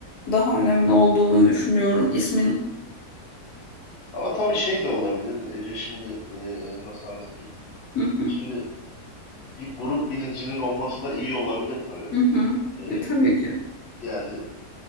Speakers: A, on the left (about 75°); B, on the left (about 45°).
A: daha önemli olduğunu düşünüyorum ismin.
B: Ama tabii şey de olabilir Ece şimdi e, nasıl anlatayım?
A: Hı hı,
B: Şimdi bir grup bilincinin olması da iyi olabilir tabii.
A: hı hı.
B: E,
A: E, tabii ki.
B: yani